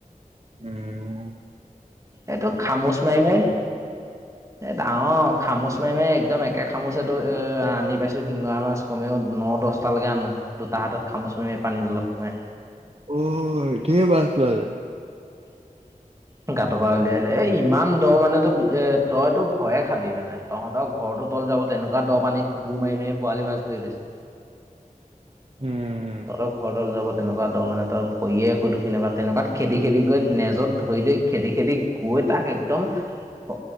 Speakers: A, on the right; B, on the right.
A: উম উ
B: এইটো খামোচ মাৰি মাৰি, এই ডাঙৰ খামুচ মাৰি মাৰি, একদম একে খামুচেতো আনি পাইছোঁ শিঙৰা মাছ কমেও ন দহটালৈকে আনোঁ। দুটা হাতত খামুচ মাৰে পানী তলত সোমাই।
A: অ ধেৰ মাছ ওলালে
B: <unintelligible> উলিয়াইে এই ইমান দ মানেতো তইতো ভয়ে খাবি মানে তহঁতৰ ঘৰটো তল যাব তেনেকুৱা দ পানীত বুৰ মাৰি মাৰি বৰালি মাছ ধৰি পাইছোঁ।
A: উম
B: তহঁতৰ ঘৰদাল যাব তেনেকুৱা দহ। মানে তই ভৰিয়ে একো ধুখি নাপাওঁ, তেনেকুৱাত খেদি খেদি গৈ নেজত ধৰি দি খেদি খেদি গৈ তাক একদম অ